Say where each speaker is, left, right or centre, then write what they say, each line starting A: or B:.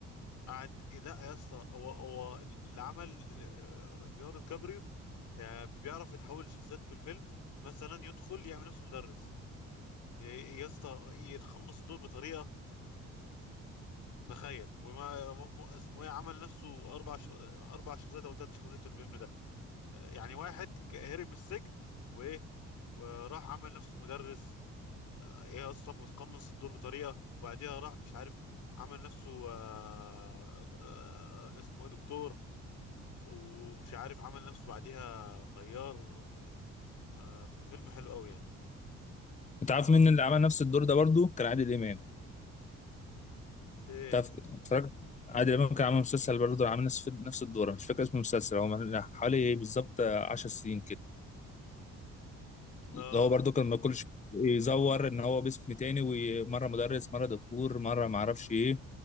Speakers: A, on the left; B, on the left.
A: قعد لا يا اسطى هو هو اللي عمل آه، ليوناردو كابريو يعني بيعرف يتحول لشخصيات في الفيلم مثلا يدخل يعمل نفسه مدرس ي- يا اسطى يتقمص الدور بطريقه تخيل وما م- م- اسمه ايه عمل نفسه اربع ش... اربع شخصيات او ثلاث شخصيات في الفيلم ده آه، يعني واحد ك- هرب من السجن وايه وراح عمل نفسه مدرس هي اصلا بتقمص الدور بطريقه وبعديها راح مش عارف عمل نفسه آه، آه، آه، اسمه ايه دكتور ومش عارف عمل نفسه بعديها طيار و- آه، ف- فيلم حلو قوي يعني
B: انت عارف مين اللي عمل نفس الدور ده برضه كان عادل امام
A: في ايه
B: تعرف اتفرجت عادل امام كان عامل مسلسل برضه عامل نفس نفس الدور أنا مش فاكر اسم المسلسل هو من حوالي إيه بالظبط 10 سنين اللي
A: اه
B: هو برضو كان ما كلش يزور ان هو باسم تاني ومره مدرس مره دكتور مره ما اعرفش ايه